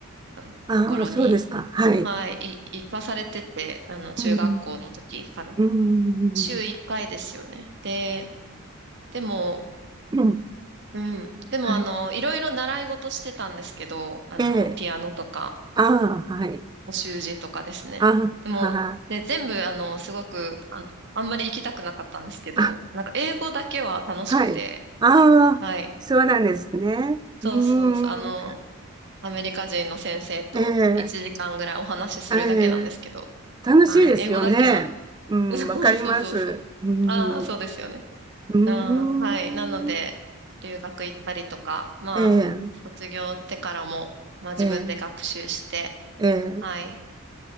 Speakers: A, on the right; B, on the right.
A: あのところに、
B: ああ、そうですか。はい。
A: はい、い、行かされてて、あの、中学校の時から。
B: うん、うん、
A: 週1回ですよね。で、でも、
B: うん、
A: うん。でも、
B: はい。
A: あの、いろいろ習い事してたんですけど、あの、
B: ええ、
A: ピアノとか、
B: ああ、はい。
A: お習字とかですね。
B: ああ、
A: でも、
B: はい。
A: で、全部、あの、すごく、あ、あんまり行きたくなかったんですけど、
B: あ、
A: なんか、英語だけは楽しくて、
B: はい。ああ、
A: はい。
B: そうなんですね。
A: そうそうそう、
B: うん、
A: あの、アメリカ人の先生と1時間ぐらいお話しするだけなんですけど、
B: ええ、ええ、楽しいですよね。
A: はい。英語だけは、
B: うん、
A: <laughs>
B: わかります。
A: そうそうそうそう。
B: うん、
A: ああ、そうですよね。
B: うん、
A: あー、はい。なので、留学行ったりとか、まあ、
B: ええ、
A: 卒業してからも、まあ自分で学習して、
B: ええ、ええ、
A: はい。